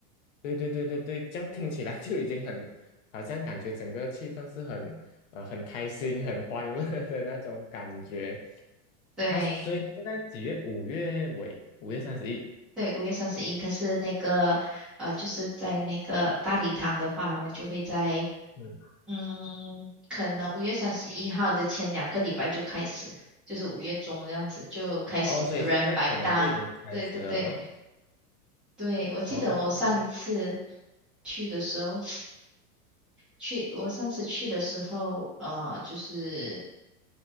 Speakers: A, on the left; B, in the centre.
A: 对对对对对，这样听起来 <laughs> 就已经很，好像感觉整个气氛是很呃很开心、很欢乐 <laughs> 的那种感觉。
B: 对。
A: 他所以它是在几月？五月尾，五月三十一。
B: 对，五月三十一，可是那个，呃，就是在那个大礼堂的话，他们就会在
A: 嗯。
B: 嗯，可能五月三十一号的前两个礼拜就开始，就是五月中这样子就开始有人摆档。
A: 哦，所以现在可能就已经开始了咯。
B: 对对对对，我记得我上一次
A: 哦，
B: 去的时候，去我上次去的时候，呃，就是